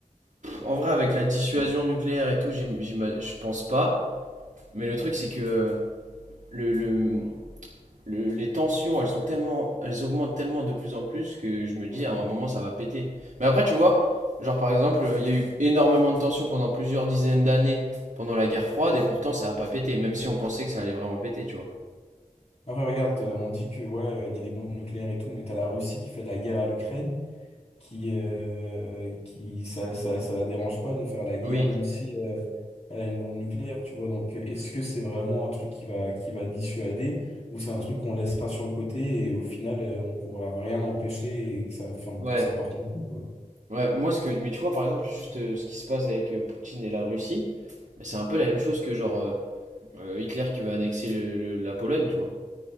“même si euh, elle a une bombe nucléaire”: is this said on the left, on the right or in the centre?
Left